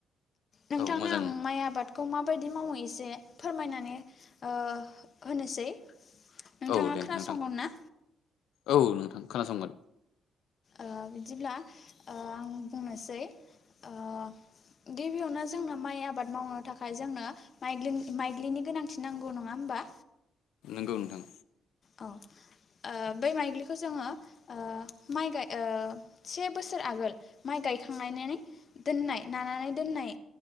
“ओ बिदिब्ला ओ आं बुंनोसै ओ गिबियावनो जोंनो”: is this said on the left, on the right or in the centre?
Left